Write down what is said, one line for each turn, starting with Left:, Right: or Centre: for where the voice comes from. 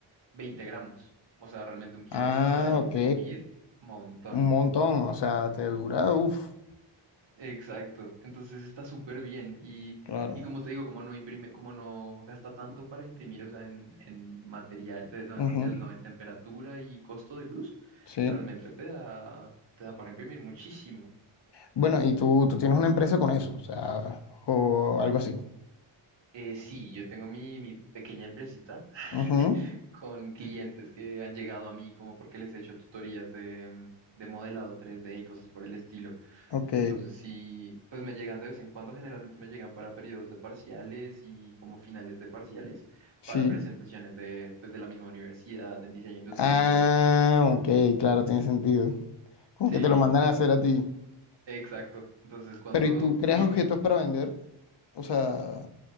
Right: 20 gramos. O sea, realmente un kilo
Left: Ah,
Right: te da para imprimir
Left: ok,
Right: montón.
Left: un montón, o sea, te dura, uff,
Right: Exacto. Entonces está súper bien. Y,
Left: claro.
Right: y como te digo, como no imprime, como no gasta tanto para imprimir, o sea, en, en material, eh, no,
Left: Ujú,
Right: en material, no, en temperatura y costo de luz,
Left: Sí.
Right: realmente te da, te da para imprimir muchísimo.
Left: Bueno, y tú, tú tienes una empresa con eso, o sea, o algo así.
Right: Eh, sí, yo tengo mi, mi pequeña empresita <laughs>
Left: Ujú,
Right: con clientes que han llegado a mí como porque les he hecho tutorías de, de modelado tres d y cosas por el estilo.
Left: Ok,
Right: Entonces sí, pues me llegan de vez en cuando, generalmente me llegan para periodos de parciales y como finales de parciales,
Left: sí.
Right: para presentaciones de, pues, de la misma universidad, en diseño industrial
Left: Ah,
Right: y eso.
Left: ok, claro, tiene sentido. Como
Right: Sí,
Left: que te lo mandan a hacer a ti.
Right: exacto. Entonces cuando
Left: Pero ¿y tú creas
Right: siempre,
Left: objetos para vender? O sea,